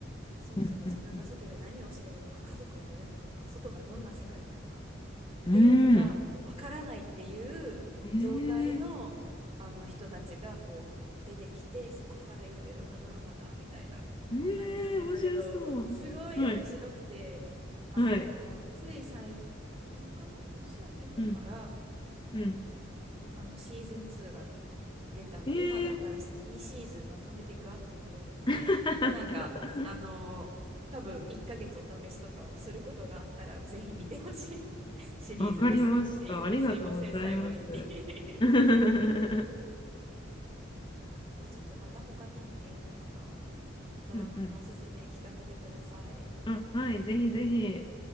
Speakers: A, on the right; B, on the left.
A: そもそも自分が外で何をしてるのか、
B: うん。うん。
A: 家族がいるのかとか、外がどんな世界かとか、っていうのがわからないっていう状態の、
B: うん。ええ
A: あの人たちがこう出てきてそこからいろいろなドラマがみたいな
B: ええ面白そう。
A: あれなんですけどすごい面白くてあのつい最近かな年明けてから
B: はい、はい、うん、うん。
A: あのシーズン2が出たので、
B: ええ
A: 今だったら2シーズンまとめてガーって見れるので、
B: <laughs>
A: なんか、あのー多分1ヶ月お試しとかをすることがあったら、ぜひ見てほしい <laughs> シリーズですっていう、
B: わかりました。ありがとうございます。
A: すいません、最後に <laughs> っ
B: <laughs> うん
A: ていう感じで、ちょっとまた他にも映画とかドラマのおすすめ聞かせてください。
B: うん。あ、はい、ぜひぜひ。